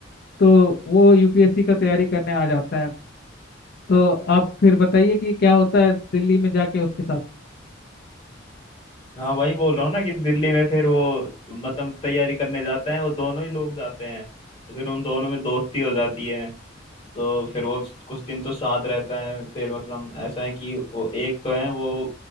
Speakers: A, on the left; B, on the left.
A: तो वो यूपीएससी का तैयारी करने आ जाता है तो आप फिर बताइए कि क्या होता है दिल्ली में जाके उसके साथ
B: हाँ वही बोल रहा हूँ ना कि दिल्ली में फिर वो मतलब तैयारी करने जाते हैं वो दोनों ही लोग जाते हैं तो फिर उन दोनों में दोस्ती हो जाती है तो फिर वो कुछ दिन तो साथ रहते हैं फिर मतलब ऐसा है कि वो एक तो है वो